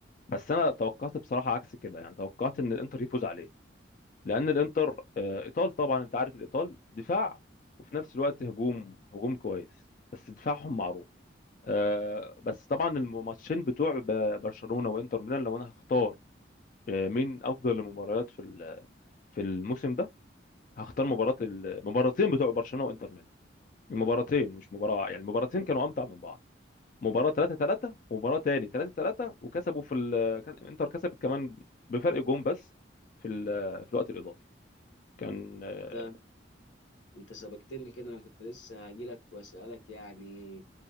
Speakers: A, on the left; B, on the left.
A: بس انا توقعت بصراحه عكس كده يعني توقعت ان الانتر يفوز عليه لان الانتر آه، ايطال طبعا انت عارف الايطال دفاع وفي نفس الوقت هجوم هجوم كويس بس دفاعهم معروف آه، بس طبعا الماتشين بتوع ب- برشلونة وانتر ميلان لو انا هختار آه، مين افضل المباريات في ال- في الموسم ده هختار مباراة المباراتين بتوع برشلونة وانتر ميلان المباراتين مش مباراة واحدة، يعني المباراتين كانوا امتع من بعض مباراة 3 3 ومباراة تاني 3 3 وكسبوا في ال... كس- انتر كسبت كمان بفرق جون بس في ال... في الوقت الاضافي كان آه،
B: انت انت سبقتني كده انا كنت لسه هجيلك واسالك يعني